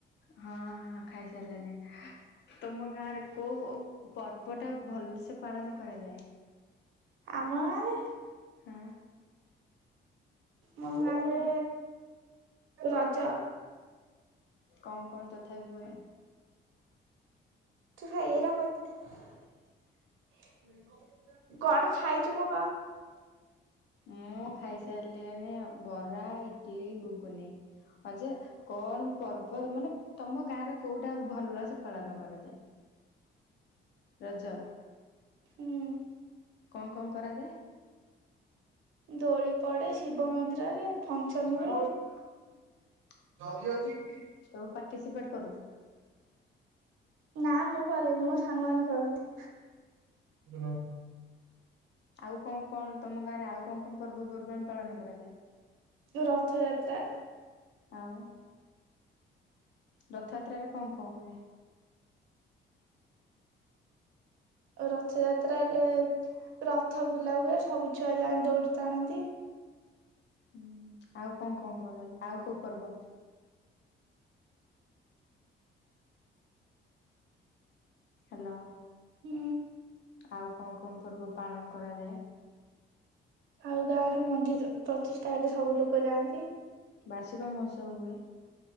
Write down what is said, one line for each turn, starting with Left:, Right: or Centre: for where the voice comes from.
Left: ହଁ ହଁ ଖାଇ ସାରିଲିନି। ତମ ଗାଁ ରେ କୋଉ ପର୍ବ ଟା ଭଲସେ ପାଳନ କରାଯାଏ।
Right: ଆମଗାଁରେ
Left: ହଁ।
Right: ମୋ ଗାଁରେ ରଜ।
Left: କଣ କଣ ତଥାପି ହୁଏ?
Right: ତୁ ଏଇରା ମତେ କଣ ଖାଇଛୁ ମ କହ?
Left: ମୁଁ ଖାଇସାରିଲିଣି ବରା ଇଟଲିି ଗୁଗୁନି। ହଁ ଯେ କଣ ପର୍ବ ମାନେ ତମ ଗାଁରେ କୋଉଟା ଭଲସେ ପାଳନ କରାଯାଏ? ରଜ।
Right: ହୁଁ।
Left: କଣ କଣ କରାଯାଏ?
Right: ଦୋଳି ପଡେ ଶିବ ମନ୍ଦିରରେ ଫଙ୍କସନ ହୁଏ।
Left: ହୁଁ
Right: ଜରି ଅଛି କି <inaudible>
Left: ତୁ ପାର୍ଟିସିପେଟ୍ କରୁ?
Right: ନା ମୁଁ କରେନି ମୋ ସାଙ୍ଗ ମାନେ କରନ୍ତି। ହ
Left: ଆଉ କଣ କଣ ତମ ଗାଁରେ ଆଉ କଣ କଣ ପର୍ବପର୍ବାଣିୀ ପାଳନ କରାଯାଏ।
Right: ଜଉ ରଥଯାତ୍ରା।
Left: ଆଉ? ରଥଯାତ୍ରାରେ କଣ କଣ ହୁଏ?
Right: ରଥଯାତ୍ରାରେ ରଥ ବୁଲାହୁଏ ସବୁ ଛୁଆଯାନ୍ତି ଦୌଡ଼ି ଟାଣନ୍ତି।
Left: ହୁଁ ଆଉ କଣ କଣ କରାଜାଏ ଆଉ କଉ ପର୍ବ? ହ୍ୟାଲୋ।
Right: ହୁଁ।
Left: ଆଉ କଣ କଣ ପର୍ବ ପାଳନ କରାଯାଏ?
Right: ଆଉ ଗାଁରେ ମନ୍ଦିର ପ୍ରତିଷ୍ଠା ହେଲେ ସବୁ ଲୋକ ଯାଆନ୍ତି।
Left: ବାର୍ଷିକ ମହୋତ୍ସବ ହୁଏ।